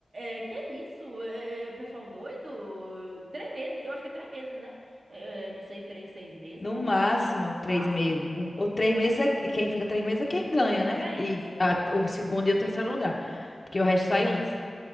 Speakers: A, on the right; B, on the left.
A: é, é, é, que isso? É, é, pessoal doido? Três meses, eu acho que é três meses, né? É, é, não sei, três, seis meses,
B: No
A: o
B: máximo três
A: máximo.
B: meses. O, o três meses é quem fica três meses é quem ganha, né?
A: É isso.
B: E a- o segundo e o terceiro lugar. Porque o resto sai antes.